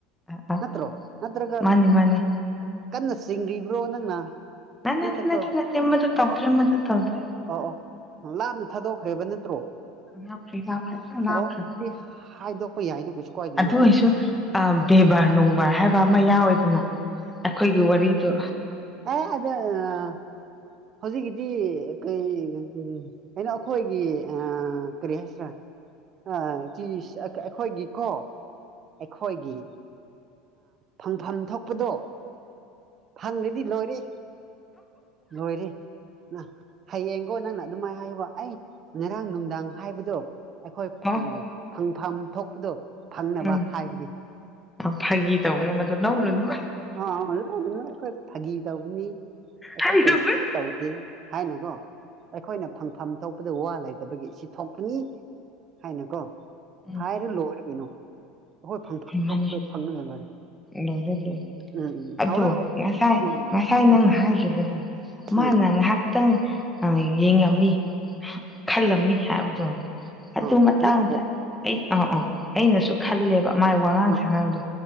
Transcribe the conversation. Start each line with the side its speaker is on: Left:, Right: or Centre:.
Centre: ꯑ ꯑ
Right: ꯅꯠꯇ꯭ꯔꯣ ꯅꯠꯇ꯭ꯔꯒ
Centre: ꯃꯥꯅꯤ ꯃꯥꯅꯤ
Right: ꯀꯟꯅ ꯆꯤꯡꯔꯤꯕ꯭ꯔꯣ ꯅꯪꯅ
Centre: ꯅ ꯅꯠꯇꯦ
Right: ꯅꯠꯇ꯭ꯔꯦꯀꯣ
Centre: ꯅꯠꯇꯦ ꯅꯠꯇꯦ ꯃꯗꯨ ꯇꯧꯗ꯭ꯔꯦ
Right: ꯑꯣ
Centre: ꯃꯗꯨ ꯇꯧꯗ꯭ꯔꯦ
Right: ꯑꯣ ꯂꯥꯞꯅ ꯊꯥꯗꯣꯛꯈ꯭ꯔꯦꯕ ꯅ ꯅꯠꯇ꯭ꯔꯣ
Centre: ꯂꯥꯞꯈ꯭ꯔꯦ ꯂꯥꯞꯈ꯭ꯔꯦ ꯌꯥꯝ ꯂꯥꯞꯈ꯭ꯔꯕꯅꯦ
Right: ꯑꯣ ꯑꯗꯨꯗꯤ ꯍꯥꯏꯗꯣꯛꯄ ꯌꯥꯏꯅ ꯀꯩꯁꯨ ꯀꯏꯗꯅ
Centre: ꯑꯗꯨ ꯑꯣꯏꯁꯨ ꯕꯦꯕꯥꯔ ꯅꯨꯡꯕꯥꯔ ꯍꯥꯏꯕ ꯑꯃ ꯌꯥꯎꯋꯦꯗꯅ ꯑꯩꯈꯣꯏꯒꯤ ꯋꯥꯔꯤꯗꯨ
Right: ꯑ ꯑꯗ ꯑ ꯍꯧꯖꯤꯛꯀꯤꯗꯤ ꯀ ꯎ ꯑꯩꯅ ꯑꯩꯈꯣꯏꯒꯤ ꯀꯔꯤ ꯍꯥꯏꯁꯤꯔꯥ ꯑ ꯆ ꯑꯩꯈꯣꯏꯒꯤꯀꯣ ꯑꯩꯈꯣꯏꯒꯤ ꯐꯪꯐꯝ ꯊꯣꯛ ꯄꯗꯣ ꯐꯪꯂꯪꯂꯗꯤ ꯂꯣꯏꯔꯦ ꯂꯣꯏꯣꯏꯔꯤ ꯑ ꯍꯌꯦꯡꯀꯣ ꯅꯪꯅ ꯑꯗꯨꯃꯥꯏꯅ ꯍꯥꯏꯕ ꯑꯩ ꯉꯔꯥꯡ ꯅꯨꯡꯗꯥꯡ ꯍꯥꯏꯕꯗꯣ ꯑꯩꯈꯣꯏ
Centre: ꯑꯣ
Right: ꯐꯪꯐꯝ ꯊꯣꯛꯄꯗꯣ ꯐꯪꯅꯕ
Centre: ꯎꯝ
Right: ꯍꯥꯏꯕꯅꯤ
Centre: ꯐꯥꯒꯤ ꯇꯧꯕꯅꯦ ꯑꯗꯨ ꯂꯧꯔꯨꯅꯨ
Right: ꯑ ꯑꯩꯈꯣꯏ ꯐꯥꯒꯤ ꯇꯧꯕꯅꯤ ꯑꯩꯈꯣꯏ
Centre: ꯍꯥꯏꯔꯣꯏ
Right: ꯀꯩ ꯇꯧꯗꯦ ꯍꯥꯏꯅꯀꯣ ꯑꯩꯈꯣꯏꯅ ꯐꯪꯐꯝ ꯊꯣꯛꯄꯗ ꯋꯥ ꯂꯩꯗꯕꯒꯤ ꯏ ꯊꯣꯛꯄꯅꯤ ꯍꯥꯏꯅꯀꯣ
Centre: ꯎꯝ
Right: ꯍꯥꯏꯔ ꯂꯣꯏꯔ ꯃꯤꯅꯣ ꯑꯩꯈꯣꯏ ꯐ ꯊꯣꯛꯄꯗ
Centre: ꯃꯥꯅꯦ
Right: ꯐꯪꯅꯦ
Centre: ꯂꯣꯏꯔꯦ ꯂꯣꯏꯔꯦ
Right: ꯎꯝ ꯎꯝ
Centre: ꯑꯗꯣ
Right: ꯍꯧꯔꯣ ꯍꯧꯔꯣ ꯍꯧꯔꯣ
Centre: ꯉꯁꯥꯏ
Right: ꯎꯝ
Centre: ꯉꯁꯥꯏ ꯅꯪꯅ
Right: ꯎꯝ
Centre: ꯍꯥꯏꯈꯤꯕꯗꯣ ꯃꯥꯅꯪ
Right: ꯎꯝ ꯎꯝ
Centre: ꯉꯩꯍꯥꯛꯇꯪ ꯑ ꯌꯦꯡꯉꯝꯃꯤ ꯈꯜꯂꯝꯃꯤ ꯍꯥꯏꯕꯗꯣ ꯑꯗꯨ
Right: ꯎꯝ
Centre: ꯃꯇꯥꯡꯗ
Right: ꯅꯪꯕꯨ
Centre: ꯑꯩ ꯑ ꯑ ꯑꯩꯅꯁꯨ ꯈꯜꯂꯦꯕ ꯃꯥꯏ ꯋꯥꯉꯥꯡ
Right: ꯑꯥ
Centre: ꯁꯉꯥꯡꯗꯣ